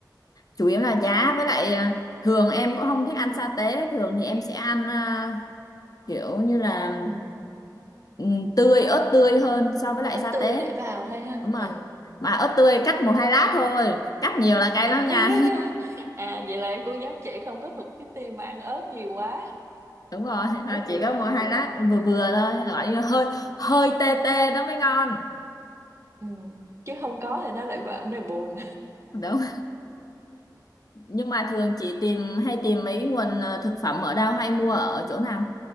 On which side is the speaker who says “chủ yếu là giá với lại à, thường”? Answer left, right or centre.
Left